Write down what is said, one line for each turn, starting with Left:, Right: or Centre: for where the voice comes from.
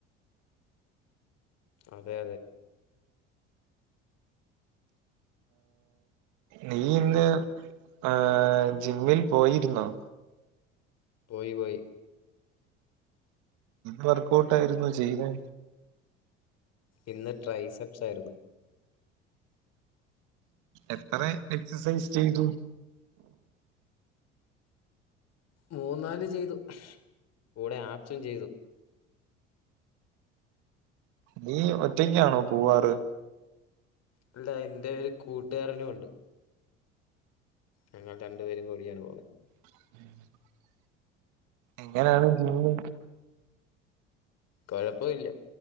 Left: അതെ അതെ
Right: നീ ഇന്ന് ഏഹ് ജിമ്മിൽ പോയിരുന്നോ?
Left: പോയി പോയി
Right: വർക്ക ഔട്ട് ആയിരുന്നു ചെയ്ത
Left: ഇന്ന് ട്രൈസെപ്സ് ആയിരുന്നു
Right: എത്ര എക്സസൈസ് ചെയ്തു
Left: മൂന്നാല് ചെയ്തു കൂടെ ആപ്സും ചെയ്തു
Right: നീ ഒറ്റയ്ക്കാണോ പോവാറ്
Left: ഇല്ല എന്റെ ഒരു കൂട്ടുകാരനും ഉണ്ട് ഞങ്ങൾ രണ്ടുപേരും കൂടിയാണ് പോകുന്നത്
Right: ഉം എങ്ങനാണ് ജിമ്മ്
Left: കൊഴപ്പില്ല